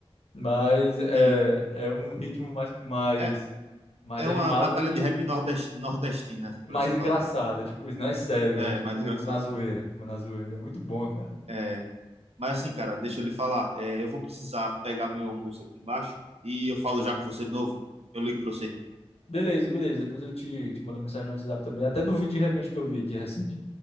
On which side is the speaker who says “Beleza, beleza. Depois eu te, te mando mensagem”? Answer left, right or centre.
Left